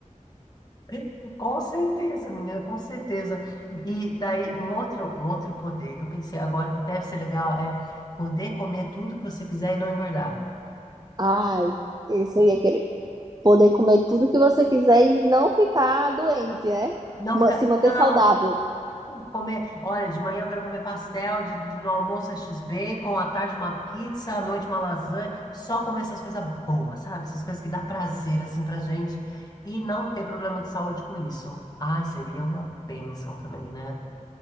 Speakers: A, on the left (about 30°); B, on the right (about 30°).
A: <laughs> com certeza, menina, com certeza. E daí um outro, um outro poder que eu pensei agora que deve ser legal é poder comer tudo que você quiser e não engordar.
B: Ai, isso eu ia querer. Poder comer tudo que você quiser e não ficar doente, né?
A: Não
B: Ma-
A: ficar.
B: Se manter
A: Ah,
B: saudável.
A: comer. Olha, de manhã eu quero comer pastel, de, de- no almoço é X-Bacon, à tarde uma pizza, à noite uma lasanha. Só comer essas coisas boas, sabe? Essas coisas que dá prazer, assim, pra gente. E não ter problema de saúde com isso. Ai, seria uma bênção também, né? O